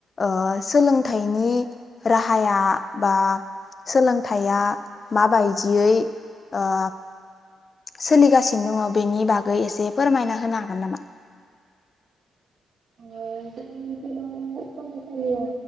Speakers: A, on the left; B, on the right.
A: ओ सोलोंथाइनि राहाया बा सोलोंथाइया माबायदियै ओ सोलिगासिनो दंङ बेनि बागै एसे फोरमायना होनो हागोन नामा?
B: जोंनि ओनसोलाव फरायसालिया